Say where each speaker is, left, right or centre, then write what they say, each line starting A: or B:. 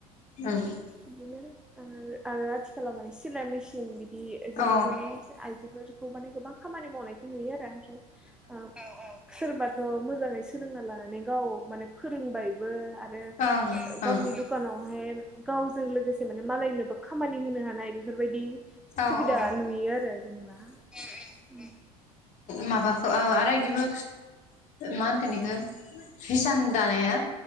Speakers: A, on the left; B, in the centre.
A: उम
B: बिदिनो आरो आरो आथिखालाव माने सिलाय मेसिन बिदि जोंबो
A: औ
B: माने आइजोफोर गोबां खामानि मावनायखौ नुयो आरो ओमफ्राय ओ औ औ सोरबाथ मो मोजाङै सोलोंना लानानै गाव माने फोरोंबायबो आरो
A: ओं ओं
B: गावनि दुखानावहाय गावजों लोगोसे माने मालायनोबो खामानि होनो हानाय बेफोरबायदि
A: औ
B: सुबिदा
A: औ
B: नुयो आरो जेनेबा उम उम
A: माबाखौ आरो बिदिबो मा होनखो बेखौ हिसान दानाया